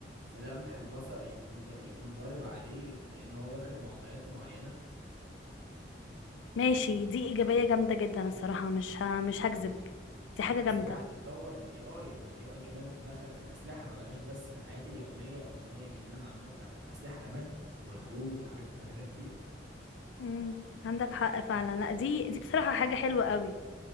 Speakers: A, on the right (about 80°); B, on the left (about 85°).
A: في لمح البصر يكون دا يكون ضارب عليه لان هو واخد معطيات معينه
B: ماشي دي ايجابية جامدة جدا الصراحة مش ه... مش هكذب دي حاجة
A: الاسلحه
B: جامدة
A: بتتطور بالاي اي فالاي اي كمان تدخل في الاسلحه ما بقاش بس في الحياه اليوميه وان هو يجيب لنا معلومات لا ده بقى اسلحه كمان وحروب وحاجات تبقى كده كتير
B: امم عندك حق فعلا لا دي دي بصراحة حاجة حلوة قوي